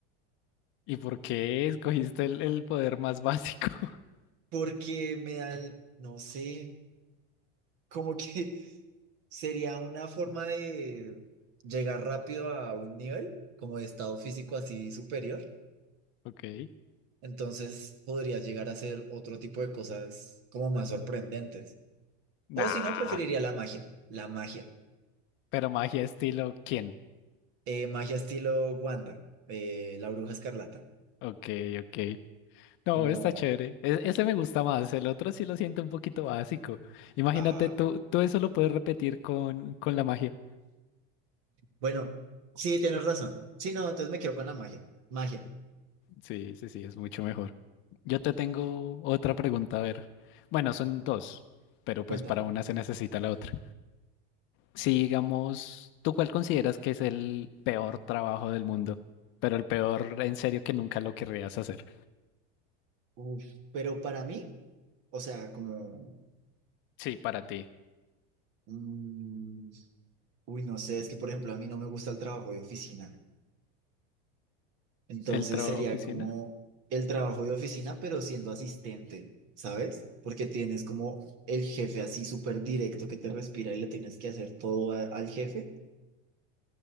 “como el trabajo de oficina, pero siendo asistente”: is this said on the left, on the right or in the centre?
Right